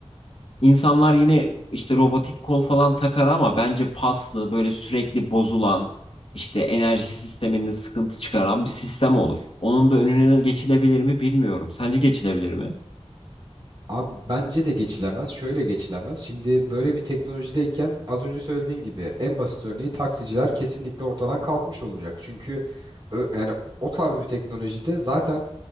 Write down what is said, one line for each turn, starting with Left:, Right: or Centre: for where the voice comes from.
Left: İnsanlar yine işte robotik kol falan takar ama bence paslı, böyle sürekli bozulan, işte enerji sisteminde sıkıntı çıkaran bir sistem olur. Onun da önüne geçilebilir mi bilmiyorum. Sence geçilebilir mi?
Right: Abi bence de geçilemez. Şöyle geçilemez. Şimdi böyle bir teknolojideyken az önce söylediğin gibi en basit örneği taksiciler kesinlikle ortadan kalkmış olacak. Çünkü ö- yani o tarz bir teknolojide zaten